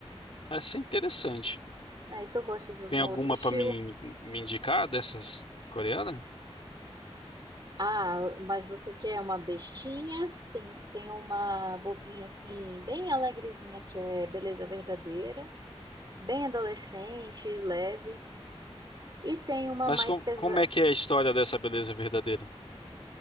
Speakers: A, on the left (about 60°); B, on the right (about 40°).
A: Vai ser interessante.
B: Aí tu gosta de algum
A: Tem alguma
B: outro estilo?
A: pra me, me indicar dessas coreanas?
B: Ah, mas você quer uma bestinha? Tem, tem uma bobinha assim, bem alegrezinha, que é Beleza Verdadeira, bem adolescente, leve. E tem uma
A: Mas
B: mais
A: com,
B: pesada.
A: como é que é a história dessa beleza verdadeira?